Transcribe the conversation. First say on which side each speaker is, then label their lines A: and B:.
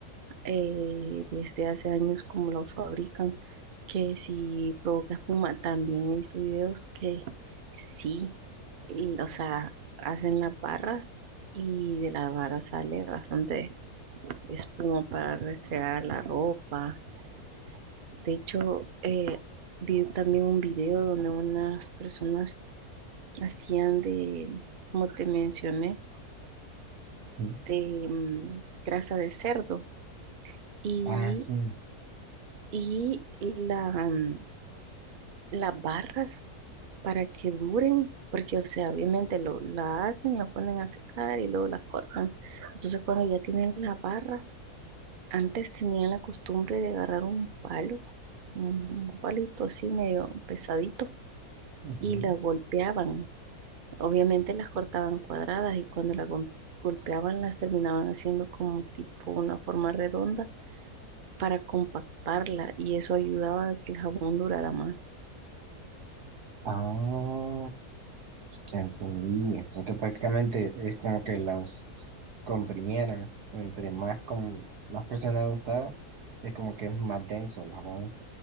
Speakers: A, on the right; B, on the right.
A: eh, desde hace años como lo fabrican, que si provoca espuma, también he visto videos que sí, y, o sea, hacen las barras y de las barras sale bastante espuma para restregar la ropa. De hecho, eh, vi también un video donde unas personas hacían de, como te mencioné,
B: ujú.
A: de mm, grasa de cerdo y,
B: Ah, sí.
A: y la... mm, las barras para que duren, porque, o sea, obviamente lo, la hacen, la ponen a secar y luego la cortan. Entonces, cuando ya tienen la barra, antes tenían la costumbre de agarrar un palo, un, un palito así medio pesadito,
B: Ujú.
A: y la golpeaban. Obviamente las cortaban cuadradas y cuando las gol- golpeaban las terminaban haciendo como tipo una forma redonda para compactarla y eso ayudaba a que el jabón durara más.
B: Ah, ya entendí. Entonces que prácticamente es como que las comprimieran. Entre más, con, más presionado estaba, es como que es más denso el jabón.